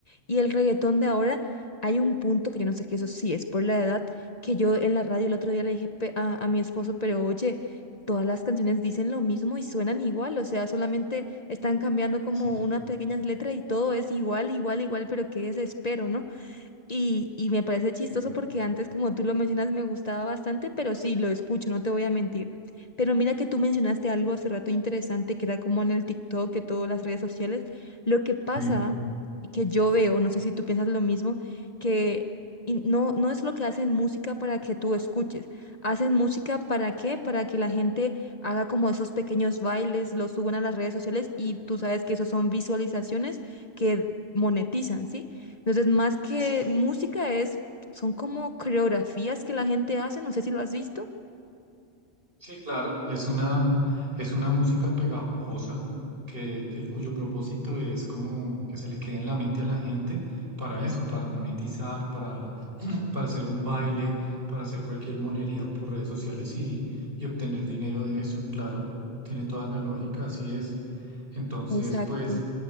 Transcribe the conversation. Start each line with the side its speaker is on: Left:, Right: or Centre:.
Left: Y el reggaetón de ahora, hay un punto que yo no sé que eso sí es por la edad, que yo en la radio el otro día le dije pe- a, a mi esposo, pero oye, todas las canciones dicen lo mismo y suenan igual, o sea, solamente están cambiando como
Right: sí,
Left: unas pequeñas letras y todo es igual, igual, igual, pero qué desespero, ¿no? Y, y me parece chistoso
Right: sí,
Left: porque antes, como tú lo mencionas, me gustaba bastante, pero sí, lo escucho, no te voy a mentir. Pero mira que tú mencionaste algo hace rato interesante, que era como en el TikTok, que todas las redes sociales. Lo que pasa,
Right: sí.
Left: que yo veo, no sé si tú piensas lo mismo, que in- no, no es lo que hacen música para que tú escuches. Hacen música para qué? Para que la gente haga como esos pequeños bailes, los suban a las redes sociales y tú sabes que esos son visualizaciones que monetizan, ¿sí? Entonces, más que
Right: sí.
Left: música es, son como coreografías que la gente hace, no sé si lo has visto.
Right: Sí, claro, es una, es una música pegajosa que el cuyo propósito es como que se le quede en la mente a la gente para eso, para monetizar, para, <clears throat> para hacer un baile, para hacer cualquier monería por redes sociales y, y obtener dinero de eso, claro, tiene toda la lógica, así es. Entonces,
Left: Exacto,
Right: pues,